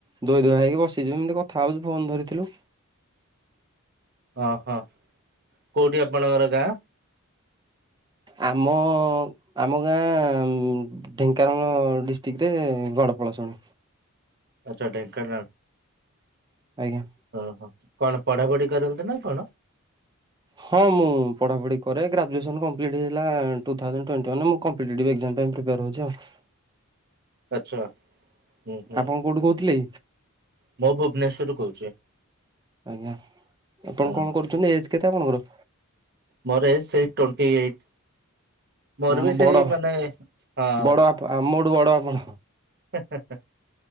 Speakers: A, on the right; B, on the right.
A: ଧୋଇ ଧୁଆ ହେଇକି ବସିଚୁ ଏମିତି କଥା ହଉଚୁ ଫୋନ୍ ଧରିଥିଲୁ।
B: ଅହ କୋଉଟି ଆପଣଙ୍କର ଗାଁ?
A: ଆମ ଆମ ଗାଁ ଢେଙ୍କାନାଳ ଡିଷ୍ଟିକରେ ଗଡ଼ପଳାଶୁଣି।
B: ଆଚ୍ଛା ଢେଙ୍କାନାଳ
A: ଆଜ୍ଞା
B: ଅହ କଣ ପଢାପଢି କରନ୍ତି ନା କଣ?
A: ହଁ ମୁଁ ପଢାପଢି କରେ ଗ୍ରାଜୁଏସନ କମ୍ପ୍ଲିଟ ହେଇଯାଇଥିଲା ଟୁ ଥାଉଜେଣ୍ଟ ଟ୍ୱେଣ୍ଟିୱାନ ରେ ମୁଁ କ ଫିଲଡିଟିପି ଏକ୍ଜାମ ପାଇଁ ପ୍ରିପେୟାର ହଉଚି ଆଉ।
B: ଆଚ୍ଛା ହୁଁ ହୁଁ
A: ଆପଣ କୋଉଠୁ କହୁଥିଲେ?
B: ମୁଁ ଭୁବନେଶ୍ଵରରୁ କହୁଛି
A: ଆଜ୍ଞା ଆପଣ
B: ହଁ
A: କଣ କରୁଚନ୍ତି ଏଜ୍ କେତେ ଆପଣଙ୍କର?
B: ମର ଏଜ୍ ସେଇ ଟ୍ୱେଣ୍ଟିଏଇଟି ମର
A: ମୁଁ
B: ବି ସେଇ
A: ବଡ଼
B: ମାନେ ହଁ।
A: ବଡ଼ ଆପ ଆମଠୁ ବଡ଼ ଆପଣ?
B: ହେ ହେ ହେ